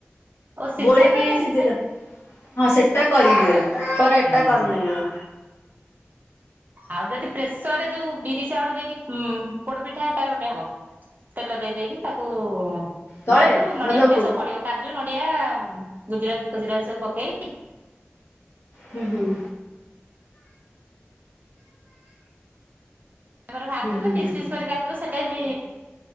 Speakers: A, on the right; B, on the left.
A: ଓ ସିଝା
B: ଗୋଳେଇକି
A: ତ ଏଟା
B: ସିଝେଇ
A: ସିଝା
B: ଦେ ହଁ ସେଟା କରିହୁଏ ପର ଏଟା
A: ହଁ
B: କରିନି କେବେ।
A: ଆଉ ଯଦି ପ୍ରେସର୍ ରେ ଯୋଉ ବିରି, ଚାଉଳ ଦେଇକି ଉ ପୋଡପିଠା ହେଟା ଗୋଟେ ହବ। ତେଲ ଦେଇ ଦେଇକି ତାକୁ-ଉ-ଉ-ଉ
B: ତଳେ
A: ଢାଳିଦବୁ ନଡିଆ
B: ମତଲବ
A: ଫଡିଆ ସବୁ ପଡିବ କା ଜୁ, ନଡିଆ, ଗୁଜୁରାତି ଫୁଜୁରାତି ସବୁ ପକେଇ
B: ହୁଁ ହୁଁ,
A: ତାପରେ ଭାରକଲେ
B: ହୁଁ ହୁଁ
A: ତାକୁ
B: ହୁଁ
A: ପିସ୍ ପିସ୍ କରିକି କାଟିବୁ ସେଇଟା ବି